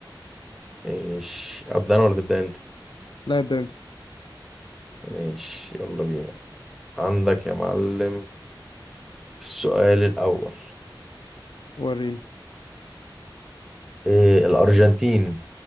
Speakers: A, in the centre; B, on the left (about 70°).
A: ماشي أبدأ أنا ولا تبدأ أنت؟
B: لا ابدأ انت
A: ماشي يلا بينا عندك يا معلم السؤال الأول
B: وريني
A: إيه الأرجنتين